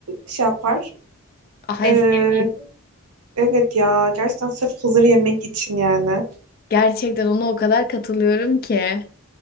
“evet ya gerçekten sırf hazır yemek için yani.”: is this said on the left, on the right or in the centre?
Right